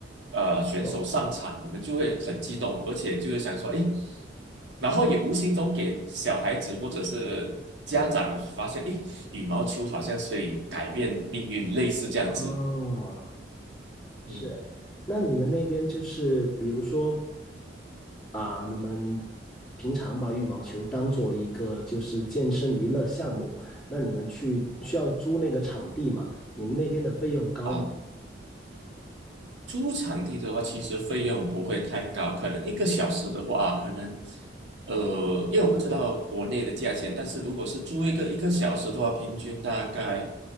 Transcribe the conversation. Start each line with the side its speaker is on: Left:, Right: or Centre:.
Right: 呃选手上场，
Centre: 有，
Right: 我们就会很激动，而且就是想说，诶，然后也无形中给小孩子或者是家长发现，诶。羽毛球好像是以改变命运，类似这样子。
Centre: 哦。是，
Right: 嗯
Centre: 那你们那边就是比如说啊，你们平常把羽毛球当做一个就是健身娱乐项目，那你们去需要租那个场地嘛？你们那边的费用高吗？
Right: 啊，租场地的话，其实费用不会太高，可能一个小时的话，啊可能呃，因为我不知道国内的价钱，但是如果是租一个一个小时的话，平均大概